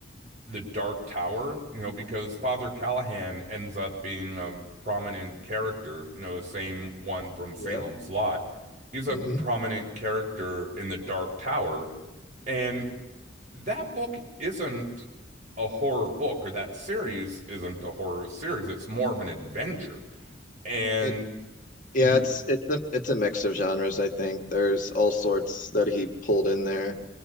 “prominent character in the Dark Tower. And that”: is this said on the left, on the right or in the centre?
Right